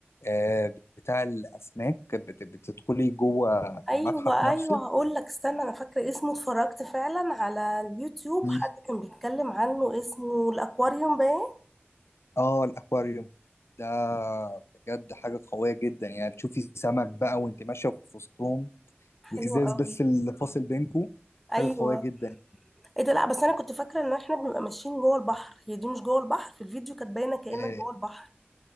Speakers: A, on the left; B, in the centre.
A: آه، بتاع الأسماك بت- بتدخلي جوه
B: ايوه
A: المتحف نفسه
B: ايوه هقول لك استنى انا فاكره اسمه اتفرجت فعلا على اليوتيوب
A: مم.
B: حد كان بيتكلم عنه اسمه الاكواريوم باين
A: اه الأكواريوم ده بجد حاجة قوية جدا يعني تشوفي سمك بقى وانت ماشية في وسطهم
B: حلو
A: وإزاز
B: قوي
A: بس اللي فاصل بينكو
B: ايوه
A: حاجة قوية جدا
B: ايه ده لا بس انا كنت فاكره ان احنا بنبقى ماشيين جوه البحر هي دي مش جوه البحر في الفيديو كانت باينه كأنك
A: آه،
B: جوه البحر